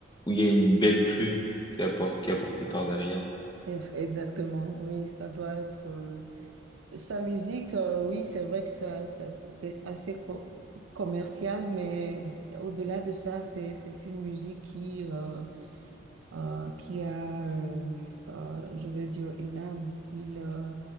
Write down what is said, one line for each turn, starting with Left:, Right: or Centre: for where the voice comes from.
Left: où il y a une belle plume qui est, appor- qui est apportée par derrière.
Right: Eff- Exactement, oui, ça doit être. euh, Sa musique, euh, oui, c'est vrai que ça, ça- ça- c'est assez co- commercial, mais au-delà de ça, c'est, c'est une musique qui, euh, euh, qui a, euh, euh, je veux dire, une âme. Il, euh,